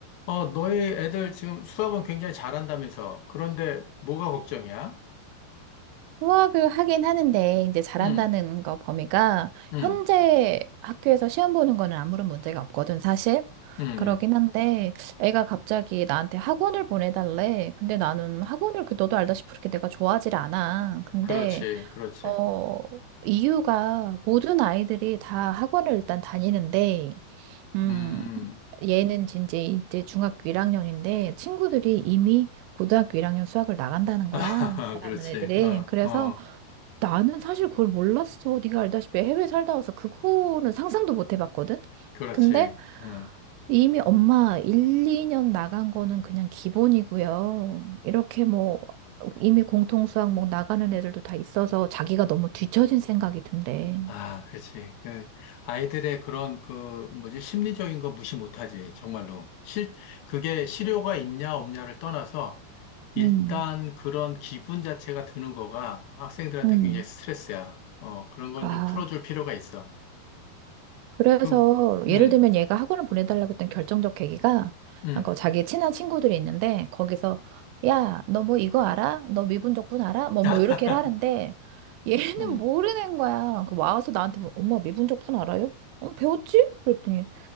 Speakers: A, on the left; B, on the right.
A: 어, 너희 애들 지금 수학은 굉장히 잘한다면서. 그런데 뭐가 걱정이야?
B: 수학을 하긴 하는데 이제 잘한다는
A: 응,
B: 거 범위가
A: 응,
B: 현재 학교에서 시험 보는 거는 아무런 문제가 없거든 사실.
A: 응, 응.
B: 그러긴 한데 애가 갑자기 나한테 학원을 보내달래. 근데 나는 학원을 그 너도 알다시피 그렇게 내가 좋아하질 않아. 근데
A: 그렇지, 그렇지.
B: 어 이유가 모든 아이들이 다 학원을 일단 다니는데 음,
A: 음,
B: 얘는 진짜 이제 중학교 1학년인데 친구들이 이미 고등학교 1학년 수학을 나간다는 거야.
A: <laughs>
B: 잘하는
A: 그렇지.
B: 애들이.
A: 어,
B: 그래서
A: 어,
B: 나는 사실 그걸 몰랐어. 네가 알다시피 해외 살다 와서 그거는 상상도 못 해봤거든.
A: 그렇지.
B: 근데
A: 어.
B: 이미 엄마 1, 2년 나간 거는 그냥 기본이고요. 이렇게 뭐 이미 공통수학 뭐 나가는 애들도 다 있어서 자기가 너무 뒤처진 생각이 든대.
A: 아, 그렇지. 그, 아이들의 그런 그, 뭐지, 심리적인 거 무시 못하지. 정말로. 실, 그게 실효가 있냐, 없냐를 떠나서 일단
B: 음,
A: 그런 기분 자체가 드는 거가 학생들한테
B: 음.
A: 굉장히 스트레스야. 어, 그런 건
B: 아,
A: 좀 풀어줄 필요가 있어.
B: 그래서
A: 그, 음,
B: 예를 들면 얘가 학원을 보내달라고 했던 결정적 계기가
A: 음,
B: 그 자기 친한 친구들이 있는데 거기서 야, 너 뭐 이거 알아? 너 미분적분 알아? 뭐
A: <laughs>
B: 뭐
A: 아,
B: 이렇게 하는데 얘는
A: 음,
B: 모르는 거야. 그 와서 나한테 뭐, 엄마 미분적분 알아요? 어, 배웠지? 그랬더니